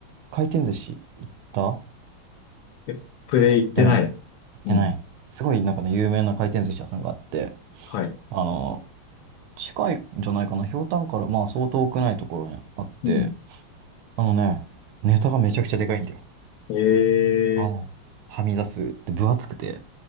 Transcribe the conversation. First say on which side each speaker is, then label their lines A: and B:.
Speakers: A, on the right; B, on the left.
A: 回転寿司行った行っ
B: え、プレイ行ってない。
A: てない、行ってない。
B: うん。
A: すごいなんかね、有名な回転寿司屋さんがあって、
B: はい。
A: あの、近いんじゃないかな、ひょうたんからまあ相当遠くないところにあって、
B: うん。
A: あのね、ネタがめちゃくちゃでかいんだよ。
B: ええ
A: あの、はみ出す。で、分厚くて、